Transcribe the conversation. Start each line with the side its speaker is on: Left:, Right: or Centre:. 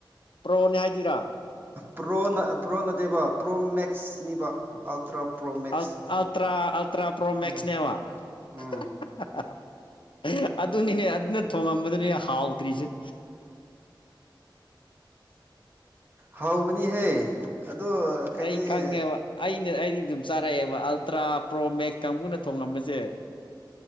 Left: ꯄ꯭ꯔꯣꯅꯤ ꯍꯥꯏꯗꯤꯔꯥ
Right: ꯄ꯭ꯔꯣꯅ ꯄ꯭ꯔꯣ ꯅꯠꯇꯦꯕ ꯄ꯭ꯔꯣ ꯃꯦꯛꯁꯅꯤꯕ ꯑꯜꯇ꯭ꯔꯥ ꯄ꯭ꯔꯣ ꯃꯦꯛꯁ
Left: ꯑꯣ ꯑ‌ꯪꯇꯔꯥ ꯄ꯭ꯔꯣ ꯃꯁꯅꯦ
Right: ꯎꯝ
Left: ꯋꯥ
Right: ꯎꯝ
Left: <inaudible> ꯑꯗꯨꯅꯤꯅꯦ ꯑꯗꯨꯅ ꯊꯣꯡꯉꯝꯕꯗꯨꯅꯦ ꯍꯥꯎꯗ꯭ꯔꯤꯁꯦ
Right: ꯍꯥꯎꯕꯅꯤꯍꯦ ꯑꯗꯣ ꯀꯩꯗꯤ
Left: ꯑꯩ ꯈꯪꯉꯦꯕ ꯑꯩꯅ ꯑꯩꯗꯤ ꯑꯗꯨꯝ ꯆꯥꯔꯛꯑꯦꯕ ꯑꯜꯇ꯭ꯔꯥ ꯄ꯭ꯔꯣ ꯃꯦꯛꯁ ꯀꯥꯡꯕꯨꯅ ꯊꯣꯉꯝꯕꯁꯦ